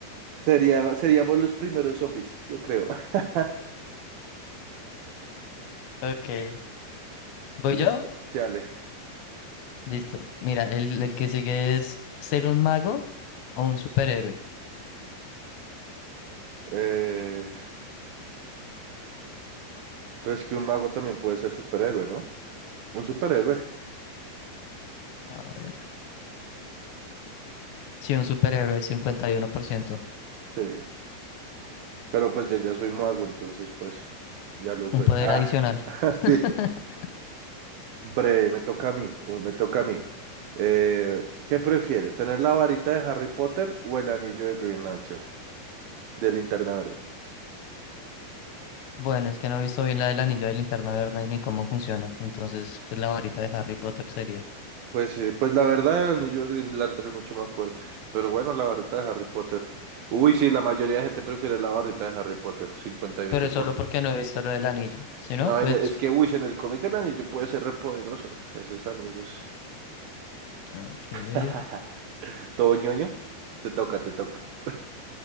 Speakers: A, on the right; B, on the left.
A: Sería, seríamos los primeros zombies, yo creo. <laughs>
B: Ok. ¿Voy
A: Listo,
B: yo?
A: sí, Ale.
B: Listo. Mira, el, el que sigue es ser un mago o un superhéroe.
A: Eh, pues que un mago también puede ser superhéroe, ¿no? Un superhéroe.
B: A ver. Sí, un superhéroe, cincuenta y uno por ciento,
A: Sí. Pero pues yo ya soy mago, entonces pues ya lo soy.
B: Un poder
A: Ah,
B: adicional.
A: <laughs>
B: <laughs>
A: sí. Bre, me toca a mí, uh, me toca a mí. Eh, ¿qué prefiere? ¿Tener la varita de Harry Potter o el anillo de Green Lantern, de Linterna Verde?
B: Bueno, es que no he visto bien la del anillo de linterna verde ni cómo funciona. Entonces, pues la varita de Harry Potter sería.
A: Pues sí, pues la verdad el anillo de Green Lantern es mucho más fuerte. Pero bueno, la varita de Harry Potter. Uy, sí, la mayoría de gente prefiere la varita de Harry Potter, cincuenta y ocho
B: pero solo
A: por ciento.
B: porque no he visto lo del anillo. Si no,
A: No,
B: pues...
A: en- e, es que, uy, si en el cómic el anillo puede ser repoderoso, esos anillos.
B: Ok.
A: <laughs> ¿Todo ñoño? Te toca, te toca.